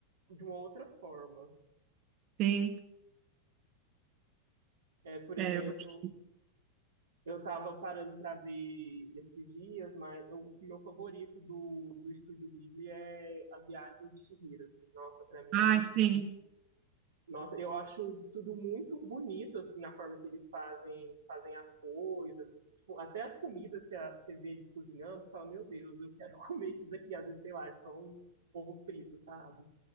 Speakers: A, on the right (about 65°); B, on the right (about 40°).
A: de uma outra forma.
B: Sim,
A: É, por
B: é,
A: exemplo,
B: eu gosto.
A: Eu tava parando pra ver esses dias, mas eu- o meu favorito do, do Estúdio Ghibli é A Viagem de Chihiro. assim. Nossa, pra mim,
B: Ai, sim.
A: nossa, eu acho tudo muito bonito, assim, a forma que eles fazem, fazem as coisas. Tipo, até as comidas, você, você vê eles cozinhando, você fala, meu Deus, eu quero <laughs> comer isso daqui. Às vezes, sei lá, é só um ovo frito, sabe?